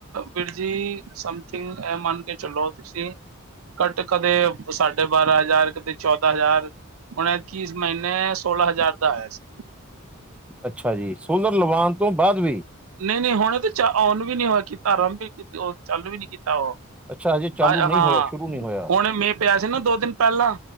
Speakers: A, on the right; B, in the centre.
A: ਵੀਰ ਜੀ, ਸਮਥਿੰਗ ਐਹ ਮੰਨ ਕੇ ਚਲੋ ਤੁਸੀਂ ਘੱਟ ਕਦੇ, ਸਾਢੇ ਬਾਰਾਂ ਹਜ਼ਾਰ, ਕਦੇ ਚੌਦਾ ਹਜ਼ਾਰ ਹੁਣ ਐਰਕੀ, ਇਸ ਮਹੀਨੇ ਸੋਲਾਂ ਹਜ਼ਾਰ ਦਾ ਆਇਆ ਸੀ।
B: ਅੱਛਾ ਜੀ, ਸੋਲਰ ਲਵਾਨ ਤੋਂ ਬਾਅਦ ਵੀ।
A: ਨਹੀਂ-ਨਹੀਂ ਹੁਣ ਵੀ ਚਾ, ਔਨ ਵੀ ਨੀ ਹੋ ਕੀਤਾ। ਅਰੰਬ ਈ ਕੀਤੀ ਉਹ। ਚਾਲੂ ਵੀ ਨੀ ਕੀਤਾ ਉਹ
B: ਅੱਛਾ ਹਜੇ ਚਾਲੂ
A: ਹਾਏ
B: ਨਹੀਂ
A: ਹਾਂ,
B: ਹੋਇਆ ਸ਼ੁਰੂ ਨਹੀਂ ਹੋਇਆ
A: ਹੁਣ ਮੀਂਹ ਪਿਆ ਸੀ ਨਾ ਦੋ ਦਿਨ ਪਹਿਲਾਂ